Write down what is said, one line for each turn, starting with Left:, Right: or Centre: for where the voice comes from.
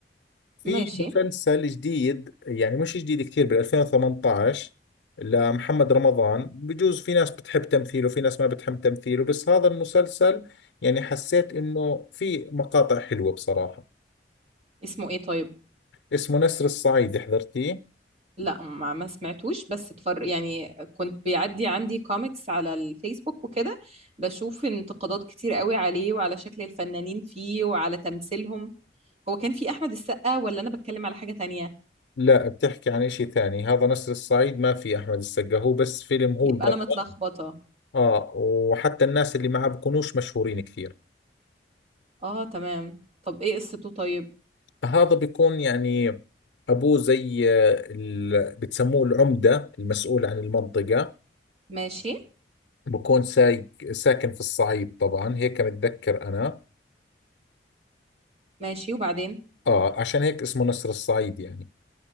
Left: في
Right: ماشي
Left: مسلسل جديد يعني مش جديد كثير بال 2018 لمحمد رمضان بجوز في ناس بتحب تمثيله في ناس ما بتحب تمثيله بس هذا المسلسل يعني حسيت انه في مقاطع حلوة بصراحة
Right: اسمه ايه طيب
Left: اسمه نسر الصعيد حضرتيه
Right: لا ما ما سمعتوش بس اتفر يعني كنت بيعدي عندي كوميكس على الفيسبوك وكده بشوف انتقادات كتير قوي عليه وعلى شكل الفنانين فيه وعلى تمثيلهم هو كان في احمد السقا ولا انا بتكلم على حاجة تانية
Left: لا بتحكي عن اشي ثاني هذا نسر الصعيد ما في احمد السقا هو بس فيلم هو
Right: يبقى
Left: البطل
Right: انا متلخبطة
Left: اه وحتى الناس اللي معه بكونوش مشهورين كثير
Right: اه تمام طب ايه قصته طيب
Left: هذا بيكون يعني ابوه زي آه، ال... بتسموه العمدة المسؤول عن المنطقة
Right: ماشي
Left: بكون سايق ساكن في الصعيد طبعا هيك متذكر انا
Right: ماشي وبعدين
Left: اه عشان هيك اسمه نسر الصعيد يعني